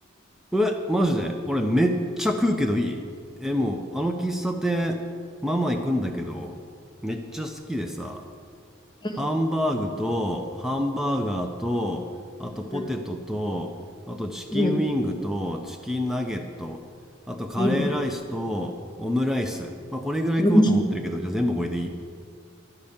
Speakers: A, in the centre; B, on the left.
A: え、マジで俺めっちゃ食うけどいいえ、もう、あの喫茶店、ママ行くんだけど、めっちゃ好きでさ、
B: う
A: ハンバーグと、ハンバーガーと、あとポテトと、
B: ん、
A: あとチキンウィングと、
B: うん、うん、
A: チキンナゲット、あとカレーライスと、
B: うん。
A: オムライス。まあ、これぐらい食おうと思ってるけど、
B: うん
A: じゃあ全部これでいい